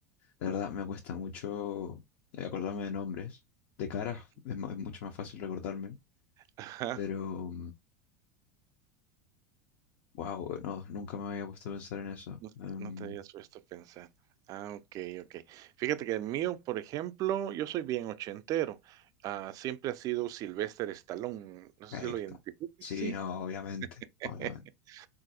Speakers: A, on the left; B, on the right.
A: la verdad me cuesta mucho eh, acordarme de nombres. De cara
B: Mm,
A: es, mu- es mucho más fácil recordarme,
B: ajá.
A: pero wow, no, nunca me había puesto a pensar en eso.
B: No
A: Em,
B: no te habías puesto a pensar. Ah, okey, okey. Fíjate que el mío, por ejemplo, yo soy bien ochentero. Ah, siempre ha sido Sylvester Stallone, no sé
A: Perfecto.
B: si lo identificas.
A: Sí,
B: sí.
A: no, obviamente,
B: <laughs>
A: obviamente.